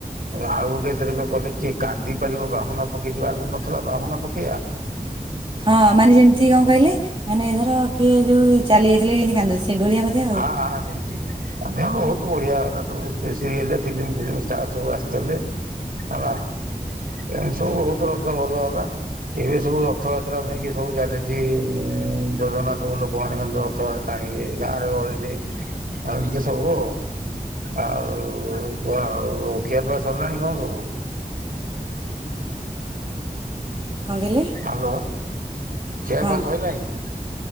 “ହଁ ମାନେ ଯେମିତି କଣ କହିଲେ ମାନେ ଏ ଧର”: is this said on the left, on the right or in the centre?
Right